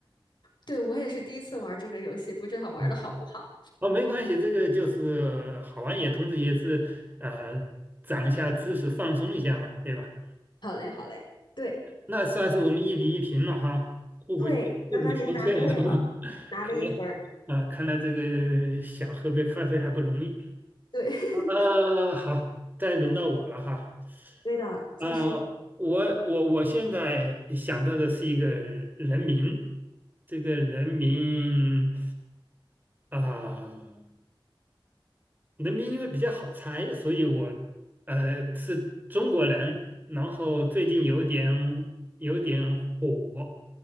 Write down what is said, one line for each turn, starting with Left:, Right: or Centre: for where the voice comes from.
Left: 对，我也是第一次玩这个游戏，不知道玩的好不好。
Right: 哦，哦没关系，这个就是好玩，也同时也是呃，长一下知识，放松一下嘛，对吧？
Left: 好嘞，好嘞，对
Right: 那算是我们一比一平了哈，互不互不相欠了。
Left: 对，刚刚您答对了，
Right: <laughs>
Left: 拿了一分儿。
Right: 看来啊，看来这个想喝杯咖啡还不容易。
Left: 对，<laughs>
Right: 呃，好，再轮到我了哈。
Left: 对的，再试一
Right: 啊、我我我现在想到的是一个人名，这个人名啊。人民因为比较好猜，所以我呃是中国人，然后最近有点有点火，